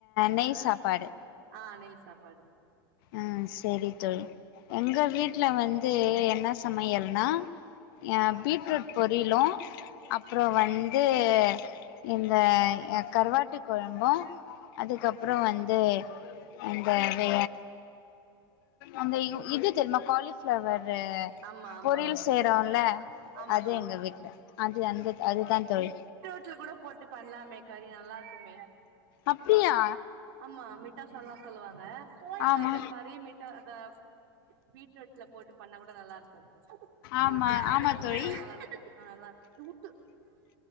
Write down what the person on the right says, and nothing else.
அதா
ஆ நெய் சாப்பாடு
ஆமா ஆமா
ம் ஆமா
தோழி
ம்
ட்டுல கூட போட்டு பண்லாமே கறிய நல்லா இருக்குமே
ஆமா மிட்டா சால்னா சொல்லுவாங்க நீங்க
இந்த கறி மிட்டா <unintelligible> பீட்ரூட்ல போட்டு பண்ண கூட நல்லா இருக்கு அந்த
ஒரு டேஸ்ட்டா அதுல
ஃப்ளேவர்
நல்லா இருக்கு ஆ நல்லா இருக்கு